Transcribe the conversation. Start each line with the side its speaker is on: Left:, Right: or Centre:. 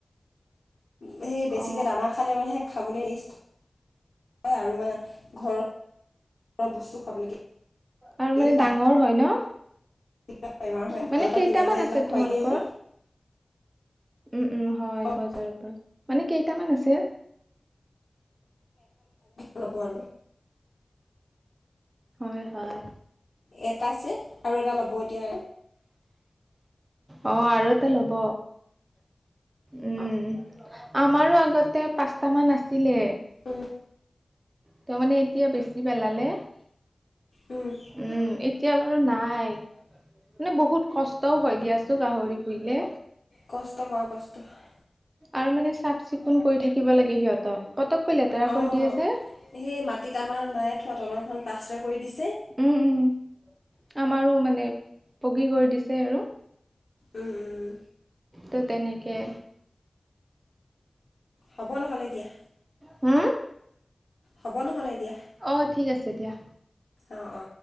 Left: সেই বেছিকে
Right: অ
Left: দানা খালে মানে সে খাবলৈ <inaudible> আৰু মানে ঘৰ বস্তু খাব লাগে
Right: আৰু মানে
Left: এই বাহি
Right: ডাঙৰ হয় ন
Left: বেমাৰ হয় মুজাৰ
Right: মানে
Left: পৰা
Right: কেইটামান
Left: কিনি আনে যে এইবিলাক
Right: আছে তোমালোকৰ?
Left: খুৱাই দিয়ে যে।
Right: উম, উম হয়
Left: অ',
Right: বজাৰৰ পৰা। মানে কেইটামান আছে?
Left: <inaudible> ল'ব আৰু
Right: হয়, হয়।
Left: এটা আছে আৰু এটা ল'ব এতিয়া।
Right: অ, আৰু এটা ল'ব। উম, আমাৰো আগতে পাঁচটা মান আছিলে।
Left: উম।
Right: ত মানে এতিয়া বেছি পেলালে,
Left: উম,
Right: উম এত তিয়া বাৰু নাই। মানে বহুত কষ্টও হয় দিয়াচোন গাহৰি পুহিলে।
Left: কষ্ট হয়, কষ্ট হয়।
Right: আৰু মানে চাফ-চিকুণ কৰি থাকিব লাগে সিহঁতক। পতককৈ লেতেৰা
Left: অ'
Right: কৰি দিয়ে যে।
Left: সেই মাটিত আমাৰ নয়াই থোৱা তলৰখন পাষ্টাৰ কৰি দিছ
Right: উম উম আমাৰো মানে পগি গৈ দিছে আৰু।
Left: উম উম
Right: ত তেনেকে
Left: হ'ব নহ'লে দিয়া।
Right: হু?
Left: হ'ব নহলে এতিয়া।
Right: অ, ঠিক আছে দিয়া।
Left: অ-অ।